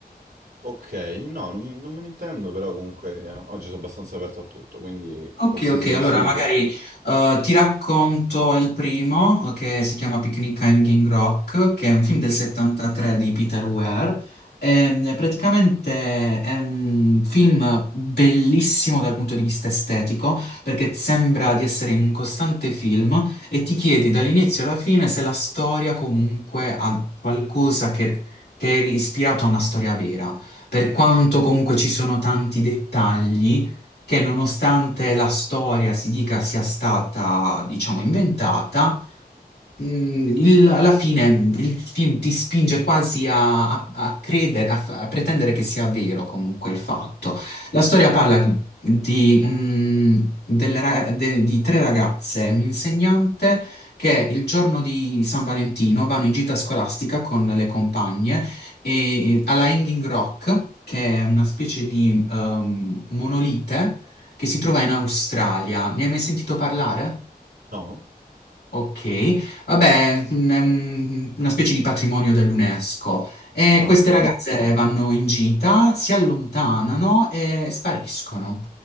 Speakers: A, on the right; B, on the left.
A: Ok, no, non, non me ne intendo, però comunque eh, oggi sono abbastanza aperto a tutto, quindi
B: Ok,
A: qualsiasi
B: ok,
A: consiglio.
B: allora magari eh, ti racconto il primo eh, che si chiama Picnic a Hanging Rock, che è un film del 73 di Peter Weir. Ehm, praticamente è un film bellissimo dal punto di vista estetico, perché sembra di essere in un costante film e ti chiedi dall'inizio alla fine se la storia comunque ha qualcosa che, che è ispirato a una storia vera. Per quanto comunque ci sono tanti dettagli che nonostante la storia si dica sia stata, diciamo, inventata, Mm, il- alla fine il film ti spinge quasi a, a- a credere, a, f- a pretendere che sia vero comunque il fatto. La storia parla di, mm, delle ra- de- di tre ragazze, e un insegnante che il giorno di San Valentino vanno in gita scolastica con le compagne e, alla Hanging Rock, che è una specie di ehm, monolite che si trova in Australia. Ne hai mai sentito parlare?
A: No?
B: Ok, vabbè, mm, è un- una specie di patrimonio dell'UNESCO. E
A: Ah,
B: queste
A: ok.
B: ragazze vanno in gita, si allontanano e spariscono.